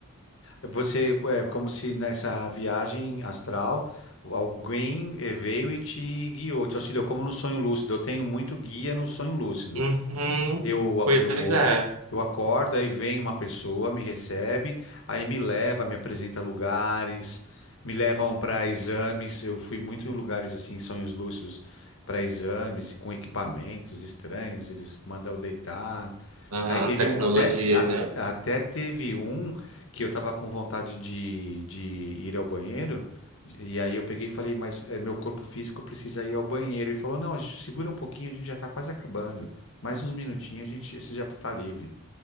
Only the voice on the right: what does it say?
Uhum.
Pois
é.
Ah,
tecnologias,
né?